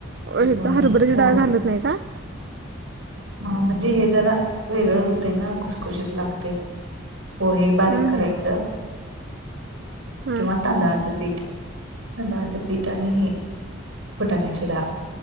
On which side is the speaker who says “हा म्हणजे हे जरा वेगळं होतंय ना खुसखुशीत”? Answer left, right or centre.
Right